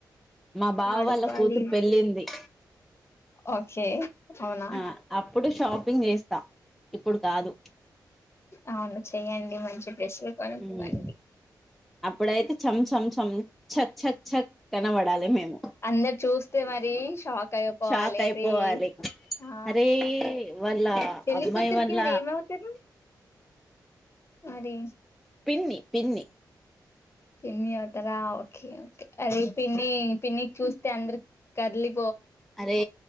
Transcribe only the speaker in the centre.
మా బావ
వాళ్ళ కూతురు పెళ్ళింది
ఆ అప్పుడు షాప్ షాపింగ్ చేస్తా ఇప్పుడు కాదు
ఉమ్
అప్పుడైతే చం చం చం చక్ చక్ చక్ కనబడాలి మేము
షాక్ అయిపోవాలి
అరే వల్ల
అమ్మాయి
వల్ల
పిన్ని పిన్ని
అదే